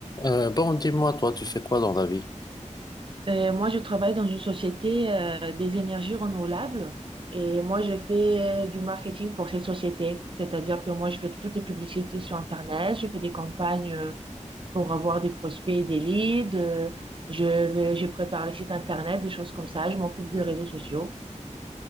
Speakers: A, on the left; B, on the right.
A: Euh, bon, dis-moi, toi, tu fais quoi dans la vie?
B: Euh, moi, je travaille dans une société euh, des énergies renouvelables et moi, je fais du marketing pour cette société. C'est-à-dire que moi, je fais toutes les publicités sur Internet, je fais des campagnes euh, pour avoir des prospects et des leads, euh, je, vais- je prépare les sites Internet, des choses comme ça, je m'occupe des réseaux sociaux.